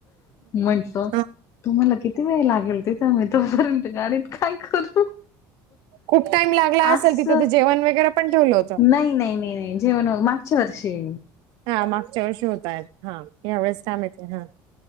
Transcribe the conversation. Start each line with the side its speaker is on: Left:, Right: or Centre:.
Left: म्हटलो
Right: हा
Left: तुम्हाला किती वेळ लागेल तिथं मी तोपर्यंत गाडीत काय करू
Right: खूप टाइम लागला
Left: अस
Right: असेल तिथं ते जेवण वगैरे पण ठेवलं होत
Left: नाही नाही नाही नाही जेवण मागच्या वर्षी
Right: हा मागच्या वर्षी होत आहेत हा या वेळेस काय माहित हा